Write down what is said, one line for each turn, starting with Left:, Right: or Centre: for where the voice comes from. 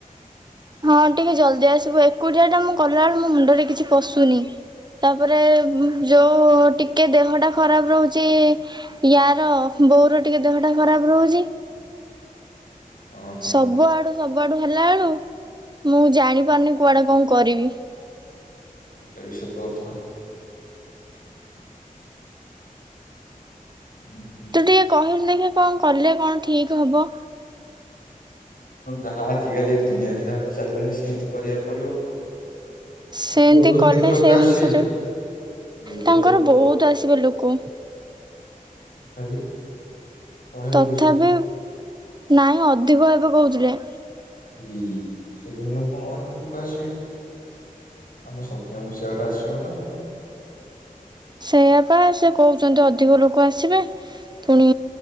Right: ହଁ ଟିକେ ଜଲଦି ଆସିବୁ ଏକୁଟିଆ ଟା ମୁଁ କଲା ବେଳକୁ ମୋ ମୁଣ୍ଡରେ କିଛି ପଶୁନି ତାପରେ ଯୋଉ ଟିକେ ଦେହଟା ଖରାପ ରହୁଛି ୟାର ବୋଉର ଟିକେ ଦେହ ଟା ଖରାପ ରହୁଛି।
Left: ହଁ ହଁ।
Right: ସବୁ ଆଡୁ ସବୁଆଡୁ ହେଲା ବେଳୁ ମୁଁ ଜାଣି ପାରୁନି କୁଆଡେ କଣ କରିବି।
Left: ଏଟା ବି ସତ କଥା। ହୁଁ ହୁଁ।
Right: ତୁ ଟିକେ କହିଲୁ ଏ କଣ କଲେ କଣ ଠିକ ହେବ।
Left: ଯାହା ଆଜିକାଲି ଦୁନିଆରେ ଯାହା ଚାଲିଲାଣି ସେମିତି କରିବାକୁ ପଡିବ।
Right: ସେମିତି
Left: ପୁଅ ଘରୁ
Right: କଲେ
Left: କେତେ ଲୋକ
Right: ସେ ଅନୁସାରେ
Left: ଆସିବେ ନିର୍ବନ୍ଧକୁ
Right: ତାଙ୍କର
Left: ପୁଅ
Right: ବହୁତ
Left: ଘରୁ କେତେ
Right: ଆସିବେ ଲୋକ।
Left: ତଥାପି। ଶହେ
Right: ତଥାପି
Left: ଦୁଇଶହ।
Right: ନାଇଁ ଅଧିକ ଏବେ କହୁଥିଲେ।
Left: ବେ ସେ କଣ ଏତେ ଲୋକ ଆସିବେ ଆମ <unintelligible> ଆସିବ ନା
Right: ସେଇଆାପା ସେ କହୁଛନ୍ତି ଅଧିକ ଲୋକ ଆସିବେ ପୁଣି